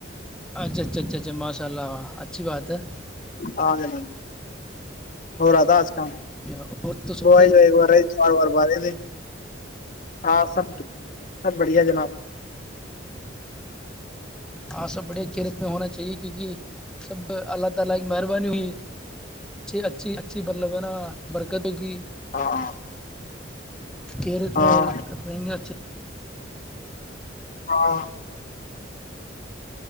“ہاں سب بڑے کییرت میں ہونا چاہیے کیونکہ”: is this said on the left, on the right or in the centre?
Centre